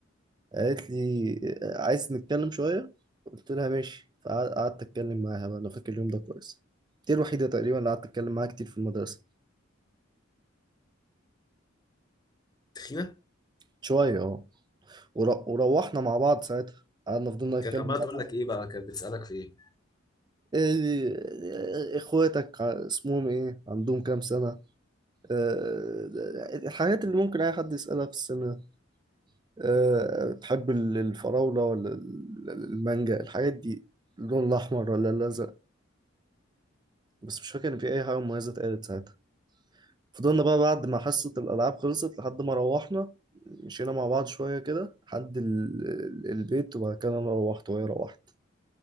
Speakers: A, on the right (about 20°); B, on the left (about 20°).
A: قالت لي عايز نتكلم شوية قلت لها ماشي فقعدت أتكلم معاها بقى أنا فاكر اليوم ده كويس دي الوحيدة تقريبا اللي قعدت أتكلم معاها كتير في المدرسة
B: تخينه
A: شوية اه ور- وروحنا مع بعض ساعتها قعدنا فضلنا نتكلم
B: كانت عماله
A: مع
B: تقول لك
A: بعض
B: ايه بقى كانت بتسالك في ايه
A: إيه- إيه، إخواتك ع- اسمهم إيه عندهم كام سنة آه، الحاجات اللي ممكن أي حد يسألها في السنة ده. آه، بتحب ال- الفراولة ولا ال- المانجا الحاجات دي اللون الأحمر ولا الأزرق بس مش فاكر ان في اي حاجه مميزه اتقالت ساعتها فضلنا بقى بعد ما حصه الالعاب خلصت لحد ما روحنا مشينا مع بعض شويه كده لحد ال- ال- البيت وبعد كده انا روحت وهي روحت